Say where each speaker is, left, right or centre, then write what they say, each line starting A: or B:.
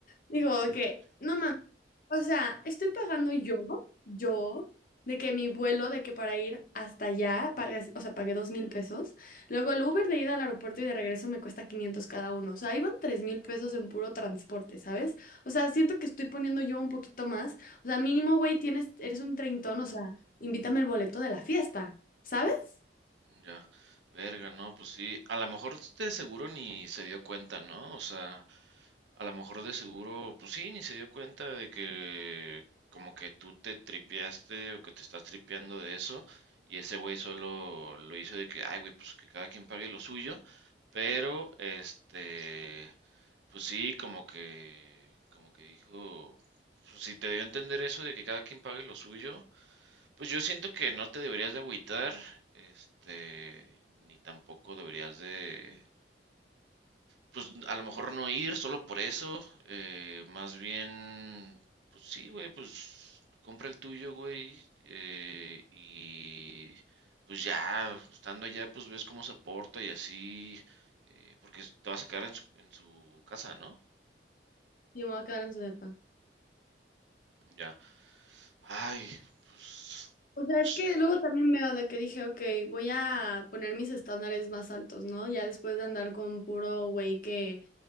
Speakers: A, on the left; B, on the right.
A: digo de que, no mames, o sea, estoy pagando yo, yo, de que mi vuelo, de que para ir hasta allá, pagué- o sea, pagué dos mil pesos, luego el Uber de ida al aeropuerto y de regreso me cuesta 500 cada uno, o sea, iban tres mil pesos en puro transporte, ¿sabes? O sea, siento que estoy poniendo yo un poquito más, o sea, mínimo, güey, tienes, eres un treintón, o sea, invítame el boleto de la fiesta, ¿sabes?
B: Ya. Verga, no, pues sí. A lo mejor de seguro ni se dio cuenta, ¿no? O sea. A lo mejor de seguro, pues sí, ni se dio cuenta de que como que tú te tripeaste o que te estás tripeando de eso y ese güey solo lo hizo de que, ay, güey, pues que cada quien pague lo suyo, pero este, pues sí, como que, como que dijo, pues, si te dio a entender eso de que cada quien pague lo suyo, pues yo siento que no te deberías de agüitar, este, ni tampoco deberías de pues, a lo mejor no ir solo por eso, eh, más bien, pues sí, güey, pues compra el tuyo, güey, eh, y pues ya, estando allá, pues ves cómo se porta y así, eh, porque te vas a quedar en su, en su casa, ¿no?
A: Y me voy a quedar en su depa.
B: Ya. Ay, pues,
A: O sea,
B: no
A: es
B: sé.
A: que luego también veo de que dije, ok, voy a poner mis estándares más altos, ¿no? Ya después de andar con puro güey que,